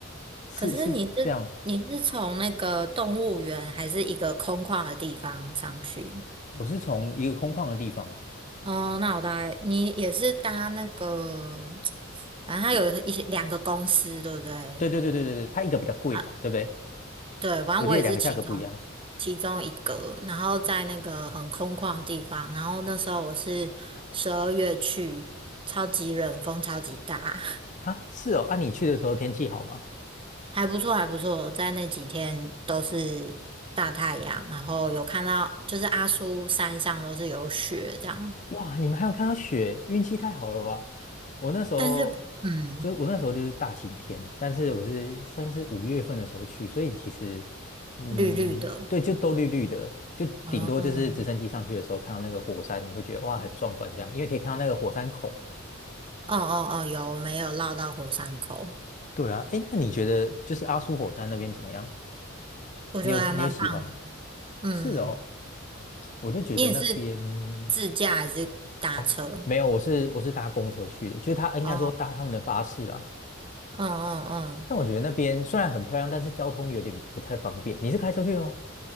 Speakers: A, on the left (about 35°); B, on the right (about 25°).
A: 是是这样，
B: 可是你是你是从那个动物园还是一个空旷的地方上去？
A: 我是从一个空旷的地方，
B: 哦，那我大概你也是搭那个，<tsk> 反正它有一些两个公司，
A: 就
B: 对不对？
A: 对对对对对对，它一个比较贵嘛，
B: 啊。
A: 对不对？
B: 对，反正我也是其中
A: 我记得两个价格不一样
B: 其中一个，然后在那个很空旷的地方，然后那时候我是十二月去，超级冷，风超级大，
A: 啊。是哦，啊，你去的时候天气好吗？
B: <laughs> 还不错还不错，在那几天都是大太阳，然后有看到就是阿苏山上都是有雪这样，
A: 哇，你们还有看到雪，运气太好了吧！我那时候
B: 但是嗯，
A: 就是我那时候就是大晴天，但是我是算是五月份的时候去，所以其实嗯，
B: 绿绿的，
A: 对，就都绿绿的，就顶多就是直升机上去的时候看到那个火山，
B: 哦哦
A: 你会觉得哇很壮观这样，因为可以看到那个火山口。
B: 哦哦，有，没有绕到火山口，
A: 对啊，哎，那你觉得就是阿苏火山那边怎么样？
B: 我觉得还蛮棒的，
A: 你有你有喜欢吗？
B: 嗯。
A: 是哦，我就觉得那边
B: 你也是自驾还是搭车？
A: 哦，没有，我是我是搭公车去的，就是他应该说搭他们的巴士啦。
B: 哦，嗯嗯嗯，
A: 但我觉得那边虽然很漂亮，但是交通有点不太方便。你是开车去的吗？